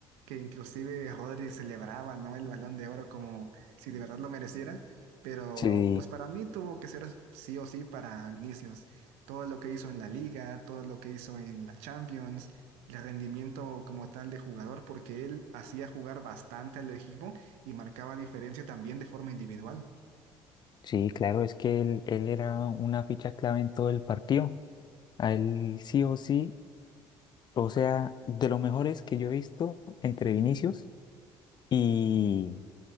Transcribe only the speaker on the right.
que inclusive Rodri celebraba, ¿no? El Balón de Oro como si de verdad lo mereciera, pero
pues para mí tuvo que ser sí o sí para Vinicius. Todo lo que hizo en la Liga, todo lo que hizo en la Champions, el rendimiento como tal de jugador, porque él hacía jugar bastante al equipo y marcaba diferencia también de forma individual.